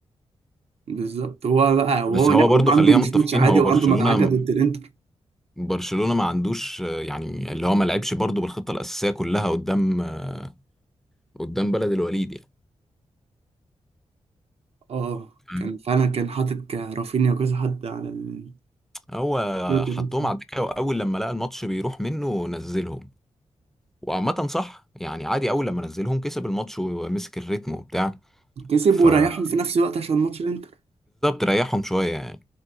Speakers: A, on the right (about 60°); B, in the centre.
A: بالظبط هو بقى
B: بس
A: وهو لا
B: هو برضو
A: وهو عنده
B: خلينا
A: مش
B: متفقين
A: ماتش عادي
B: هو
A: هو
B: برشلونه
A: عنده مدعكه ضد الانتر
B: برشلونه ما عندوش آه، يعني اللي هو ما لعبش برضو بالخطه الاساسيه كلها قدام آه، قدام بلد الوليد يعني
A: اه
B: فاهم؟
A: كان فعلا كان حاطط ك- رافينيا وكذا حد على ال-
B: هو
A: دوت الماتش
B: حطهم
A: ده
B: على الدكه واول لما لقى الماتش بيروح منه نزلهم وعامة صح يعني عادي اول لما نزلهم كسب الماتش ومسك الريتم وبتاع
A: كسب
B: فبالظبط
A: وريحهم في نفس الوقت عشان ماتش الانتر
B: ريحهم شويه يعني